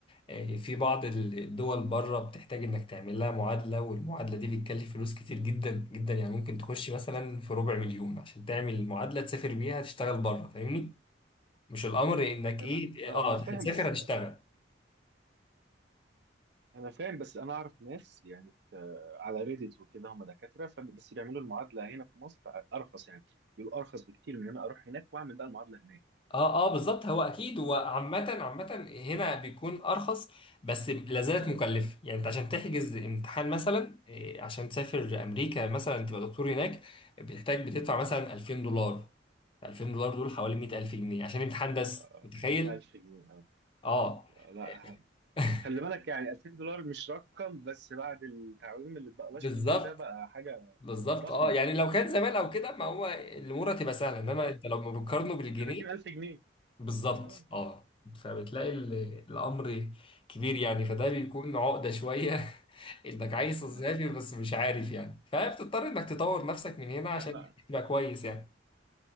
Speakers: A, on the left; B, on the right.
A: إيه، في بعض ال- الدول بره بتحتاج انك تعمل لها معادلة والمعادلة دي بتكلف فلوس كتير جدا جدا يعني ممكن تخش
B: انا
A: مثلا في ربع مليون عشان تعمل معادلة تسافر بيها تشتغل بره فاهمني؟ مش الامر انك
B: انا
A: ايه
B: اه
A: اه
B: انا فاهم
A: هتسافر
B: بس
A: هتشتغل
B: انا فاهم بس انا اعرف ناس يعني آه، على ريديت وكده هم دكاتره ف- بس بيعملوا المعادله هنا في مصر ارخص يعني بيقولوا ارخص بكتير من ان انا اروح هناك واعمل بقى المعادله هناك
A: اه اه بالظبط هو اكيد هو عامة عامة هنا بيكون ارخص بس لا زالت مكلفة يعني انت عشان تحجز امتحان مثلا إيه، عشان تسافر امريكا
B: <laughs>
A: مثلا تبقى دكتور هناك بتحتاج بتدفع مثلا 2000 دولار
B: مم.
A: 2000 دولار دول حوالي 100000 جنيه عشان امتحان بس
B: آه،
A: متخيل؟
B: 1000 جنيه
A: اه
B: آه، لا ه-
A: <laughs>
B: خلي بالك يعني 2000 دولار مش رقم بس بعد التعويم اللي اتبقلاش
A: بالظبط
B: ما فيه ده بقى حاجه
A: بالظبط
B: ضخمه
A: اه يعني لو كان زمان او كده ما هو الامور هتبقى سهله انما
B: اه
A: انت لو ما بتقارنه بالجنيه
B: 30000 جنيه
A: بالظبط
B: اه
A: اه فبتلاقي ال- الامر كبير
B: يعني
A: يعني فده
B: مم.
A: بيكون عقده شويه <laughs> انك عايز
B: آه.
A: تسافر بس مش عارف يعني فبتضطر انك تطور نفسك من هنا عشان
B: آه، لا
A: تبقى كويس يعني